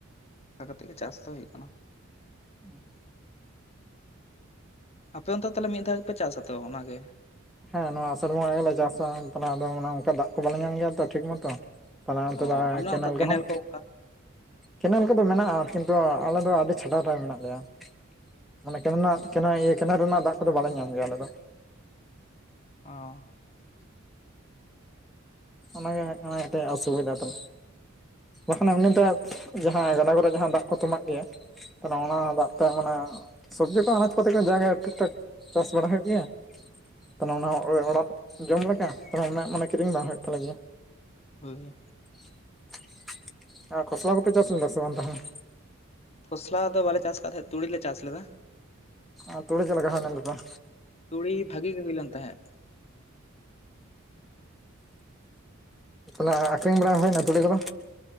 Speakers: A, on the left; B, in the centre.
A: ᱚᱱᱠᱟ ᱠᱟᱛᱮᱜ ᱜᱮ ᱪᱟᱥ ᱫᱚ ᱦᱩᱭᱩᱜ ᱠᱟᱱᱟ
B: <unintelligible> ᱟᱨ
A: ᱟᱯᱮ ᱚᱱᱛᱚ ᱛᱟᱦᱚᱞᱮ ᱢᱤᱫ ᱫᱷᱟᱣ ᱜᱮᱯᱮ ᱪᱟᱥᱟ ᱛᱚ ᱚᱱᱟ ᱜᱮ
B: ᱦᱮᱸ ᱱᱚᱣᱟ ᱟᱥᱟᱲ ᱵᱚᱸᱜᱟ ᱜᱮᱞᱮ ᱪᱟᱥᱟ ᱛᱟᱦᱚᱞᱮ ᱟᱫᱚᱮ ᱚᱱᱠᱟ ᱫᱟᱜ ᱠᱚ ᱵᱟᱞᱮ ᱧᱟᱢ ᱜᱮᱭᱟ ᱛᱚ ᱴᱷᱤᱠ ᱢᱚᱛᱚ ᱛᱟᱦᱞᱮ ᱚᱱᱛᱮ
A: ᱚ
B: ᱫᱚ
A: ᱵᱟᱹᱱᱩᱜᱼᱟ
B: ᱠᱮᱱᱮᱞ
A: ᱚᱱᱠᱟ
B: ᱠᱚᱦᱚᱸ
A: ᱠᱚ ᱚᱱᱠᱟ
B: ᱠᱮᱱᱮᱞ ᱠᱚᱫᱚ ᱢᱮᱱᱟᱜᱼᱟ ᱠᱤᱱᱛᱩ ᱟᱞᱮ ᱫᱚ ᱟᱹᱰᱤ ᱪᱷᱟᱰᱟᱣ ᱨᱮ ᱢᱮᱱᱟᱜ ᱞᱮᱭᱟ ᱢᱟᱱᱮ ᱠᱮᱱᱮᱞ ᱨᱮᱱᱟᱜ ᱠᱮᱱᱮᱞ ᱨᱮᱱᱟᱜ ᱫᱟᱜ ᱠᱚᱫᱚ ᱵᱟᱞᱮ ᱧᱟᱢ ᱜᱮᱭᱟ ᱟᱞᱮ ᱫᱚ
A: ᱚ
B: ᱚᱱᱟ ᱜᱮ ᱠᱟᱱᱟ ᱢᱤᱫ ᱴᱟᱜ ᱚᱥᱩᱵᱤᱫᱷᱟ ᱫᱚ ᱵᱟᱠᱷᱟᱱ ᱮᱢᱟᱱ ᱛᱮ ᱡᱟᱦᱟᱸ ᱜᱟᱰᱟ ᱠᱚᱨᱮ ᱡᱟᱦᱟᱸ ᱫᱟᱜ ᱠᱚ ᱛᱟᱢᱟᱜ ᱜᱮᱭᱟ ᱛᱟᱦᱚᱞᱮ ᱚᱱᱟ ᱫᱟᱜ ᱛᱮ ᱢᱟᱱᱮ ᱥᱚᱵᱽᱡᱤ ᱠᱚ ᱟᱱᱟᱡᱯᱟᱹᱛᱤ ᱠᱚ ᱡᱟᱭᱜᱟ ᱴᱩᱠ ᱴᱟᱠ ᱪᱟᱥ ᱵᱟᱲᱟ ᱦᱩᱭᱩᱜ ᱜᱮᱭᱟ ᱛᱟᱦᱚᱞᱮ ᱚᱱᱟ ᱚᱲᱟᱜ ᱡᱚᱢ ᱞᱮᱠᱟ ᱛᱟᱦᱮ ᱚᱱᱟ ᱢᱟᱱᱮ ᱠᱤᱨᱤᱧ ᱵᱟᱝ ᱦᱩᱭᱩᱜ ᱛᱟᱞᱮ ᱜᱮᱭᱟ
A: ᱦᱳᱭ
B: <inaudible> ᱟᱨ ᱠᱷᱚᱥᱞᱟ ᱠᱚᱯᱮ ᱪᱟᱥ ᱞᱮᱫᱟ ᱥᱮ ᱵᱟᱝ ᱛᱟᱦᱮᱱᱟ?
A: ᱠᱷᱚᱥᱞᱟ ᱫᱚ ᱵᱟᱞᱮ ᱪᱟᱥ ᱟᱠᱟᱫ ᱛᱟᱦᱮᱸᱫ ᱛᱩᱲᱤ ᱞᱮ ᱪᱟᱥ ᱞᱮᱫᱟ
B: ᱟᱨ ᱛᱩᱲᱤ ᱪᱮᱫ ᱞᱮᱠᱟ ᱦᱩᱭᱞᱮᱱ ᱛᱟᱯᱮᱭᱟ
A: ᱛᱩᱲᱤ ᱵᱷᱟᱹᱜᱤ ᱜᱮ ᱦᱩᱭ ᱞᱮᱱ ᱛᱟᱦᱮᱸᱫ
B: ᱚᱧ ᱟᱠᱷᱨᱤᱧ ᱵᱟᱲᱟ ᱦᱩᱭᱱᱟ ᱛᱩᱲᱤ ᱠᱚᱫᱚ